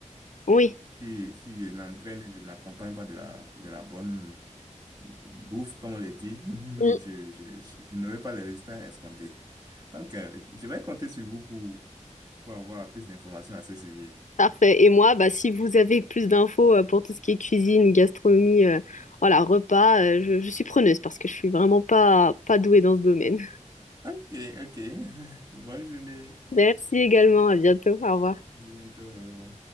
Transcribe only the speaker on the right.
Si, si je m'entraîne, et je n'accompagne pas de la, de la bonne bouffe, comme on le dit, <laughs>
je, je, je, je n'aurai pas les résultats escomptés. Donc, euh, je vais compter sur vous pour, pour avoir plus d'informations à ce sujet.
Ok, ok. <laughs> Bonne journée.
À bientôt. au revoir.